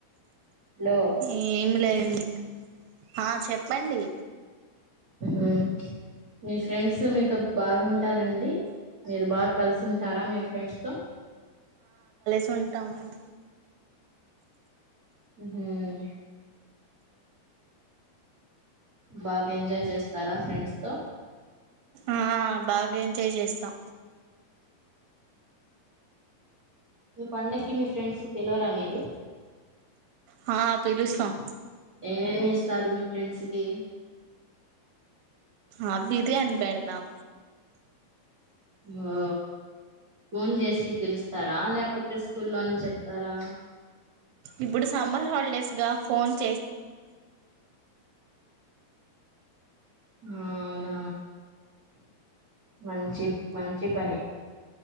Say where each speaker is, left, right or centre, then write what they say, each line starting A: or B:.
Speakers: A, on the right (about 65°); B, on the right (about 80°).
A: లో
B: ఏమి లేయంండి ఇంకా ఆ చెప్పండి
A: ఆ మీ ఫ్రెండ్స్ మీతో బాగుంటారండి మీరు బాగా కలిసి ఉంటారా మీ ఫ్రెండ్స్ తో
B: సుంటామన్
A: హ బాగా ఎంజాయ్ చేస్తారా ఫ్రెండ్స్ తో
B: ఆ బాగా ఎంత చేయి చేస్తాం
A: మీ పండకి మీ ఫ్రెండ్స్ పిలవరా మీరు
B: హ పిలుస్తాం
A: ఏమేమి ఇస్తారు మీ ఫ్రెండ్స్ కి
B: ఆ బీదే అని బేడదాం
A: ఓ ఫోన్ చేసి పిలుస్తారా లేకపోతే స్కూల్లోనే చెప్ తరా
B: ఇప్పుడు సమ్మర్ హాలిడేస్గా ఫోన్ చేసి
A: ఆ అవునా మంచి మంచి పని